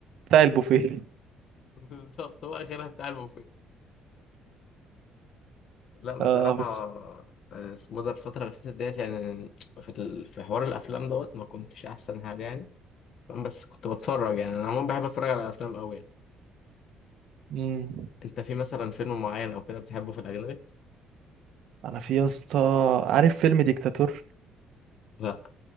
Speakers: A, on the right; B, on the left.
A: بتاع البوفيه
B: <laughs> بالظبط هو اخرها بتاع البوفيه لا بصراحة
A: <laughs> اه بس
B: آه، اسمه ده الفترة اللي فاتت ديت يعني في ال- في حوار الأفلام دوت ما كنتش أحسن حاجة يعني فاهم؟ بس كنت بتفرج يعني أنا عموما بحب أتفرج على أفلام أوي يعني.
A: مم.
B: أنت في مثلا فيلم معين أو كده بتحبه في الأجنبي؟
A: أنا في يا اسطى عارف فيلم ديكتاتور
B: لا